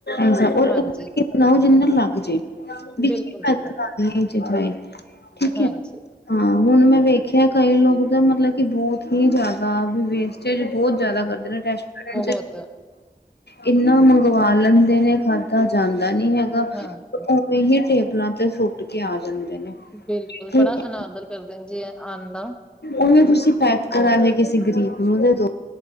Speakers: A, on the left; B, in the centre.
A: ਐਸਾ ਓਨਾ
B: ਹਾਂਜੀ,
A: ਬਣਾਓ ਜਿੰਨਾ ਲੱਗ ਜੇ ਵਿਚ
B: ਬਿਲਕੁਲ
A: ਨੀ
B: ਜੀ
A: ਮੈਟਰ
B: ਬਿਲਕੁਲ,
A: ਕਰਦਿਆਂ ਚੀਜ਼ਾਂ ਏ, ਠੀਕ
B: ਹਾਂਜੀ।
A: ਐ ਹਾਂ ਹੁਣ ਮੈਂ ਵੇਖਿਆ ਕਈ ਲੋਕ ਤਾਂ ਮਤਲਬ ਕਿ ਬਹੁਤ ਹੀ ਜ਼ਿਆਦਾ, ਵੀ ਵੇਸਟੇਜ ਬਹੁਤ ਜ਼ਿਆਦਾ ਕਰਦੇ। ਰੈਸਟੋਰੈਂਟ
B: ਬਹੁਤ
A: ਚ ਇੰਨਾ ਮੰਗਵਾ ਲੈਂਦੇ ਨੇ, ਖਾਧਾ ਜਾਂਦਾ ਨੀ ਹੈਗਾ।
B: ਹਾਂਜੀ,
A: ਉ ਹੀ ਟੇਬਲਾਂ ਤੇ ਸੁੱਟ ਕੇ ਆ ਜਾਂਦੇ ਨੇ,
B: ਬਿਲਕੁਲ
A: ਠੀਕ
B: ਬੜਾ
A: ਹੈ
B: ਅਨਾਦਰ ਕਰਦੇ ਨੇ ਜੀ। ਆਉਣ ਦਾ।
A: ਉਵੇਂ ਤੁਸੀਂ ਪੈਕ ਕਰਾ ਲਏ ਕਿਸੇ ਗ਼ਰੀਬ ਨੂੰ ਦੇ ਦੋ।